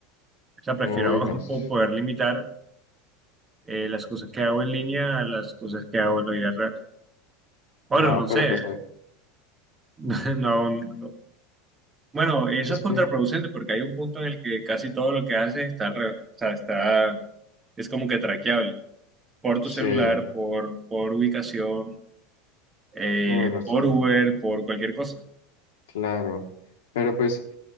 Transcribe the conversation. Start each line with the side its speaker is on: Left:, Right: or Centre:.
Right: O sea, prefiero
Left: Uy,
Right: <laughs>
Left: no. sé.
Right: po- poder limitar eh, las cosas que hago en línea a las cosas que hago en la vida real. Bueno,
Left: No,
Right: no sé,
Left: pero pues, eh,
Right: <laughs> no, no- Bueno, eso
Left: pues
Right: es contraproducente
Left: que
Right: porque hay un punto en el que casi todo lo que haces está, alre- o sea, está, es como que traqueable por tu
Left: sí,
Right: celular, por, por ubicación, eh,
Left: bueno, sí,
Right: por Uber, por cualquier cosa.
Left: claro. Pero pues